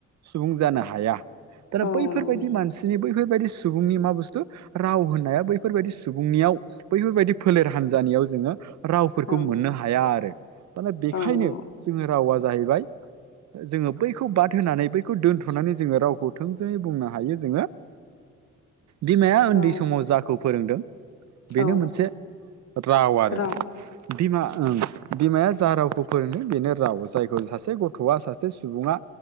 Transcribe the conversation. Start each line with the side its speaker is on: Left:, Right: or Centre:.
Right: सुबुं जानो हाया। दाना
Left: औ
Right: बैफोरबायदि
Left: नंगौ नोंथां
Right: मानसिनि बैफोरबायदि सु सुबुंनि मा बुस्थु राव होननाया बैफोरबायदि सुबुंनियाव बैफोरबायदि फोलेर हान्जानियाव जोङो रावफोरखौ
Left: औ
Right: मोननो हाया आरो। दाना बेखायनो
Left: औ नंगौ
Right: जोङो रावा जाहैबाय जोङो बैखौ बाद होनानै बैखौ दोन्थ'नानै जोङो रावखौ थोंजोङै बुंनो हायो जोङो बिमाया उन्दै
Left: औ
Right: समाव जाखौ फोरोंदों बेनो
Left: औ
Right: मोनसे राव आरो
Left: रां
Right: बिमा ओं। बिमाया जा रावखौ फोरोंदों बेनो राव जायखौ सासे गथ'आ सासे सुबुङा